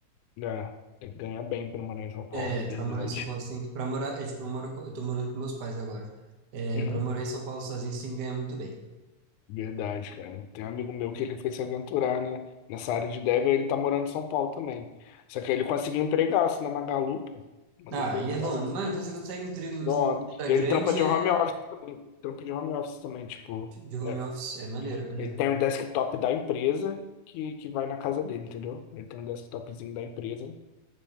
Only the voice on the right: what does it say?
É, pra
morar em São Paulo, você tem que, pra morar, eu, tipo, eu moro, co- eu tô morando com meus pais agora. É,
pra morar em São Paulo sozinho, você tem que ganhar muito bem.
Ah,
e
é bom,
mano, quando você consegue emprego em
em empresa
grande,
é,
de home
office, é maneiro, é maneiro.